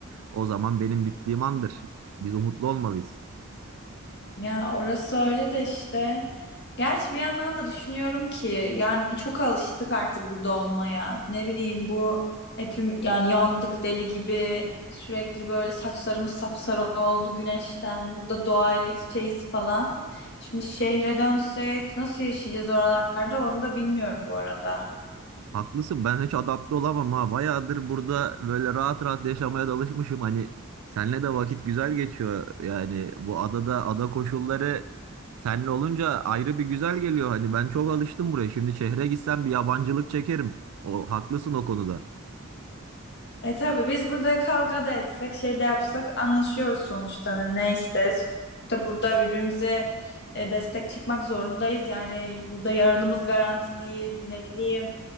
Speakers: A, on the right; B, on the left.
A: o zaman benim bittiğim andır. Biz umutlu olmalıyız.
B: Ya orası öyle de işte. Gerçi bir yandan da düşünüyorum ki yani çok alıştık artık burada olmaya. Ne bileyim bu hepim yani yandık deli gibi sürekli böyle saçlarımız sapsarı oldu güneşten. Burada doğayla iç içeyiz falan. Şimdi şehre dönsek nasıl yaşayacağız oralarda onu da bilmiyorum bu arada.
A: Haklısın ben hiç adapte olamam ha. Bayağıdır burada böyle rahat rahat yaşamaya da alışmışım. Hani senle de vakit güzel geçiyor. Yani bu adada ada koşulları senle olunca ayrı bir güzel geliyor. Hani ben çok alıştım buraya. Şimdi şehre gitsem bir yabancılık çekerim. O haklısın o konuda.
B: E tabii biz burada kavga da etsek, şey de yapsak anlaşıyoruz sonuçta. Hani ne isteriz. İşte burada birbirimize e, destek çıkmak zorundayız. Yani burada yarınımız garanti değil, ne bileyim.